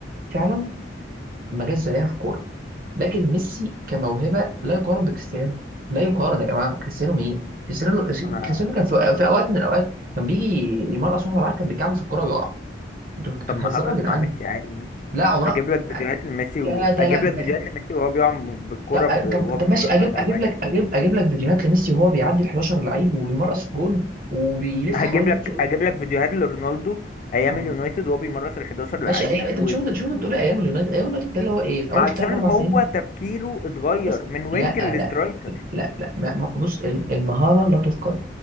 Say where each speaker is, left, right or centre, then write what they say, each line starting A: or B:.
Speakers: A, on the right; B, on the left.
A: فعلا ما جاش زيها في الكوره لكن ميسي كموهبه لا يقارن بكريستيانو لا يقارن يا جماعه كريستيانو مين كريستيانو
B: انا
A: كريستيانو كان في في اوقات من الاوقات كان بيجي يمرقص واحد بالعكس كان بيكعبل في الكوره ويقع انتوا بتهزروا
B: طب ما حصلت
A: يا جدعان
B: مع ميسي عادي يعني
A: لا عمرها
B: اجيب لك فيديوهات لميسي و...
A: يا ده
B: اجيب
A: لا
B: لك
A: ده-
B: فيديوهات لميسي وهو بيقع بالكرة
A: طب
B: ب... وهو
A: طب
B: بيمرس
A: طب ماشي اجيب
B: واحد على
A: اجيب
B: واحد
A: لك اجيب اجيب لك فيديوهات لميسي وهو بيعدي ال 11 لعيب ويمرقص الجون وبيلف
B: هجيب
A: حوالين نفسه
B: لك اجيب لك فيديوهات لرونالدو ايام
A: عم-
B: اليونايتد وهو بيمرس ال 11
A: ماشي
B: لعيب
A: ايام انت
B: وبيجيب
A: بتشوف شوف انت
B: جول
A: بتقول إيه؟ ايام اليونايتد ايام اليونايتد ده اللي هو ايه في
B: ما
A: اول
B: عشان
A: ثلاث اربع
B: هو
A: سنين
B: تفكيره اتغير
A: خلاص
B: من وينج
A: لا
B: لسترايكر
A: لا لا لا لا. ما- ما- بص الم- المهاره لا تفقد